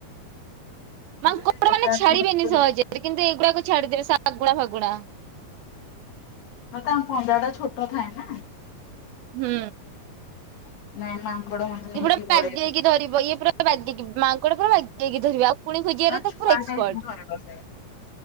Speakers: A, on the left; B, on the right.
A: ମୁଁ
B: ମାଉଁ
A: ବି ସେଇ
B: କପଡ଼ା
A: ସାତ
B: ମାନେ
A: ଆଠ
B: ଛାଡିବେନି
A: ମାସର
B: ସହଜରେ କିନ୍ତୁ ଏଇଗୁଡାକ ଛାଡ଼ିଦେବେ ଶାଗୁଣା ଫାଗୁଣା।
A: ହଁ ତାଙ୍କ ପଞ୍ଜା ଟା ଛୋଟ ଥାଏ ନା।
B: ହୁଁ।
A: <unintelligible> ନେଇକି
B: ଇ ଏ ପୁରା
A: ଗୋଡେଇବେ
B: ବାଗେଇକି ଧରିବ ଇଏ ପୁରା ବାଗେଇକି ମାଙ୍କଡ ପୁରା ବାଗେଇକି ଧରିବା ଆଉ। ଉଙ୍କୁଣୀ ଖୋଜିବାରେ
A: ତା
B: ତ
A: ଛୁଆ
B: ପୁରା ଏକ୍ସପଟ।
A: ଟା ହିଁ ଘରେ ବସେ।